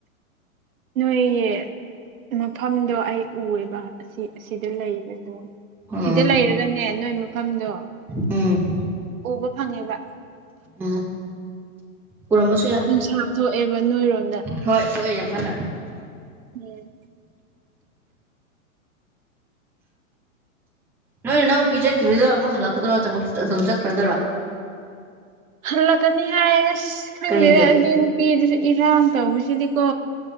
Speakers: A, on the right; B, in the centre.
A: ꯅꯣꯏꯒꯤ ꯃꯐꯝꯗꯣ ꯑꯩ ꯎꯔꯤꯕ ꯑꯁꯤ ꯑꯁꯤꯗ ꯂꯩꯕꯗꯣ
B: ꯎꯝ
A: ꯁꯤꯗ ꯂꯩꯔꯒꯅꯦ ꯅꯣꯏ ꯃꯐꯝꯗꯣ
B: ꯎꯝ
A: ꯎꯕ ꯐꯪꯉꯦꯕ
B: ꯎꯝ ꯎꯔꯝꯕꯁꯨ ꯌꯥ
A: ꯅꯨꯡꯁꯥ ꯊꯣꯛꯑꯦꯕ ꯅꯣꯏꯔꯣꯝꯗ
B: ꯍꯣꯏ ꯊꯣꯛꯑꯦ ꯌꯥꯝ ꯀꯟꯅ
A: ꯎꯝ
B: ꯅꯣꯏ ꯏꯅꯥꯎꯄꯤ ꯆꯠꯈꯤꯕꯗꯣ ꯑꯃꯨꯛ ꯍꯜꯂꯛꯀꯗ꯭ꯔꯣ ꯆꯃꯛ ꯑꯗꯨꯝ ꯆꯠꯈ꯭ꯔꯗꯣꯏꯔꯣ
A: ꯍꯜꯂꯛꯀꯅꯤ ꯍꯥꯏꯌꯦ ꯑꯁ ꯈꯪꯗꯦꯗ
B: ꯀꯔꯤꯒꯤ
A: ꯑꯗꯨ ꯅꯨꯄꯤꯗꯨꯁꯨ ꯏꯔꯥꯡ ꯇꯧꯕꯁꯤꯗꯤꯀꯣ